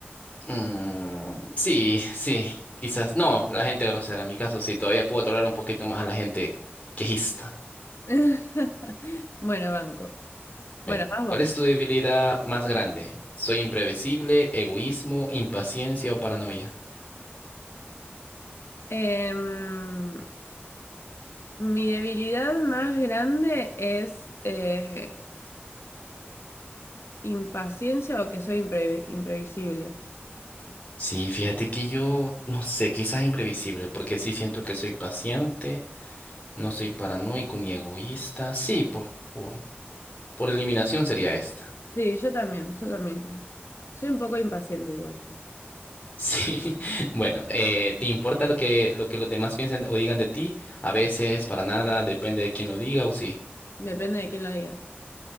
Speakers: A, on the left (about 35°); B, on the left (about 80°).
A: mm, sí, sí, quizás. No, la gente grosera, en mi caso, sí, todavía puedo tolerar un poquito más a la gente quejista.
B: <laughs> Bueno, banco. Bueno,
A: Bueno,
B: vas vos.
A: ¿cuál es tu debilidad más grande? ¿Soy imprevisible, egoísmo, impaciencia o paranoia?
B: Em, mi debilidad más grande es eh, impaciencia o que soy impre- imprevisible.
A: Sí, fíjate que yo no sé, quizás imprevisible, porque sí siento que soy paciente, no soy paranoico ni egoísta. Sí, por, por, por eliminación sería esta. <laughs>
B: Sí, yo también, yo también creo. Soy un poco impaciente igual yo.
A: Sí, bueno, eh, ¿te importa lo que, lo que los demás piensen o digan de ti? A veces, para nada, depende de quién lo diga o sí.
B: Depende de quién lo diga.